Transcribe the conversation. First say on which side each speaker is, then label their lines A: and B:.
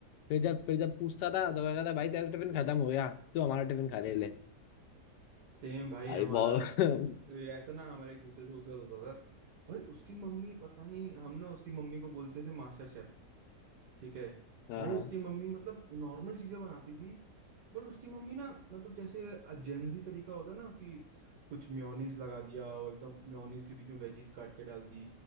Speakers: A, on the left; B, on the right.
A: फिर जब फिर जब पूछता था तो कहता था भाई तेरा टिफिन खत्म हो गया तो हमारा टिफिन खा ले ले
B: सेम <laughs> भाई
A: भाई
B: हमारा
A: बहुत <laughs>
B: ये ऐसा ना हमारे एक दूसरे दोस्त का होता था भाई उसकी मम्मी पता नहीं हम ना उसकी मम्मी को बोलते थे मास्टर शेफ ठीक है
A: हाँ
B: भाई
A: हाँ
B: उसकी मम्मी मतलब नॉर्मल चीजें बनाती थी बट उसकी मम्मी ना मतलब जैसे जेंजी तरीका होता है ना कि कुछ मेयोनीज लगा दिया और एकदम मेयोनीज के बीच में वेजीज काट के डाल दी